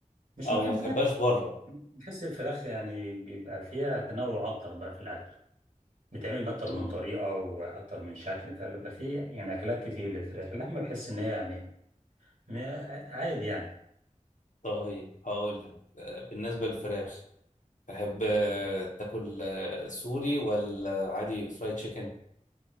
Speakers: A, on the right (about 85°); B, on the left (about 70°).
A: مش
B: او
A: ما بحبها
B: ما بتحبهاش بره
A: بحس الفراخ يعني بيبقى فيها تنوع اكتر بقى في الاكل بتعمل باكتر
B: <laughs>
A: من
B: مم.
A: طريقه واكتر من شكل فبيبقى فيه يعني اكلات كتير للفراخ اللحمه بحس ان هي يعني م- عادي يعني
B: طيب هقول لك آه، بالنسبه للفراخ تحب آه، تاكل آه، سوري ولا عادي فرايد تشيكن